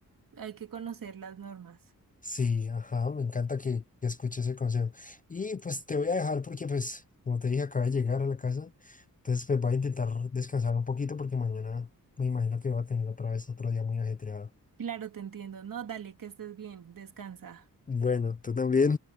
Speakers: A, on the right (about 65°); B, on the left (about 25°).
A: hay que conocer las normas.
B: sí, ajá, me encanta que, que escuches ese consejo. Y pues te voy a dejar porque, pues, como te dije, acabo de llegar a la casa, entonces pues voy a intentar descansar un poquito porque mañana me imagino que va a tener otra vez otro día muy ajetreado.
A: Claro, te entiendo. No, dale, que estés bien, descansa.
B: Bueno, tú también.